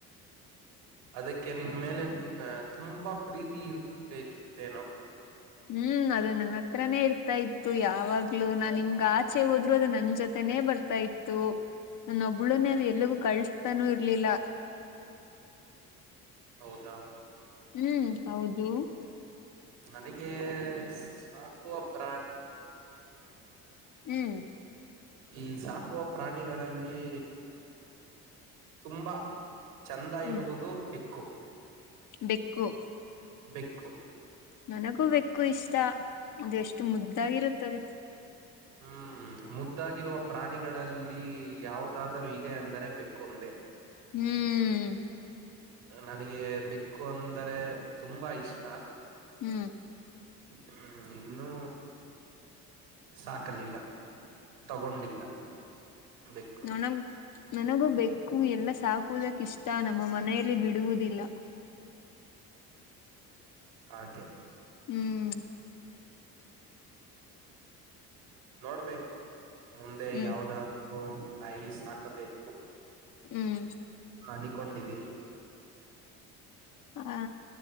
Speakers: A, on the right (about 65°); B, on the left (about 40°).
A: ಅದಕ್ಕೆ ನಿನ್ ಮೇಲೆ ಅ ತುಂಬಾ ಪ್ರೀತಿ ಇರ್ಬೇಕಿತ್ತೇನೋ.
B: ಹ್ಮ್ ಅದು ನನ್ನ ಹತ್ರನೇ ಇರ್ತಾ ಇತ್ತು ಯಾವಾಗ್ಲುೂ ನಾನ್ ಹಿಂಗ ಆಚೆ ಹೋದ್ರು ಅದು ನನ್ ಜೊತೆನೇ ಬರ್ತಾ ಇತ್ತು ನನ್ನ ಒಬ್ಳುನ ಅದು ಎಲ್ಗೂ ಕಳ್ಸ್ತಾನೂ ಇರ್ಲಿಲ್ಲ.
A: ಹೌದಾ.
B: ಹ್ಮ್ ಹೌದು.
A: ನನಗೆ ಕಾಕುವ ಪ್ರಾಣ
B: ಹ್ಮ್.
A: ಈ ಸಾಕುವ ಪ್ರಾಣಿಗಳಲ್ಲಿ ತುಂಬಾ ಚಂದ
B: ಹ್ಮ್
A: ಇರುವುದು ದಿಕ್ಕು
B: ಬೆಕ್ಕು
A: ಬೆಕ್ಕು
B: ನನಗೂ ಬೆಕ್ಕು ಇಷ್ಟ. ಅದೆ ಎಷ್ಟು ಮುದ್ದಾಗಿರುತ್ತದೆ.
A: ಹ್ಮ್ ಮುದ್ದಾಗಿರುವ ಪ್ರಾಣಿಗಳಲ್ಲಿ ಯಾವದಾದರೂ ಇದೆ ಅಂದರೆ ಬೆಕ್ಕು ಒಂದೇ
B: ಹ್ಮ್
A: ನನಗೆ ಬೆಕ್ಕು ಅಂದರೆ ತುಂಬಾ ಇಷ್ಟ
B: ಹ್ಮ್
A: ಹ್ಮ್ ಇನ್ನೂ ಸಾಕಲಿಲ್ಲ ತಗೊಂಡಿಲ್ಲ ಬೆಕ್ಕನ್ನು
B: ನನಗ ನನಗೂ ಬೇಕು ಎಲ್ಲ ಸಾಕುವುದಕ್ಕ ಇಷ್ಟ ನಮ್ಮ ಮನೆಯಲ್ಲಿ ಬಿಡುವುದಿಲ್ಲ
A: ಹಾಗೆ
B: ಹ್ಮ್
A: ನೋಡ್ಬೇಕು ಮುಂದೆ
B: ಹ್ಮ್
A: ಯಾವದಾದ ನಾಯಿ ಸಾಕಬೇಕು
B: ಹ್ಮ್
A: ಅನ್ ಕೊಂಡಿದ್ದೀನಿ
B: ಹಾ